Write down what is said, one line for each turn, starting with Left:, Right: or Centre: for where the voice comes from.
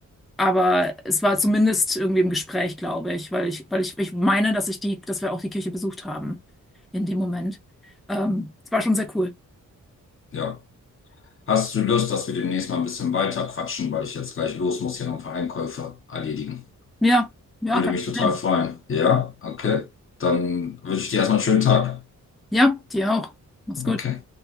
Centre: aber es war zumindest irgendwie im Gespräch, glaube ich, weil ich, weil ich, ich meine, dass ich die, dass wir auch die Kirche besucht haben in dem Moment. Ähm, es war schon sehr cool.
Left: ja. Hast du Lust, dass wir demnächst mal ein bisschen weiter quatschen, weil ich jetzt gleich los muss, hier noch ein paar Einkäufe erledigen?
Centre: Ja, ja,
Left: Würde
Centre: kein
Left: mich
Centre: Problem.
Left: total freuen. Ja, okay. Dann wünsche ich dir erstmal einen schönen Tag.
Centre: Ja, dir auch. Mach's gut.
Left: Okay.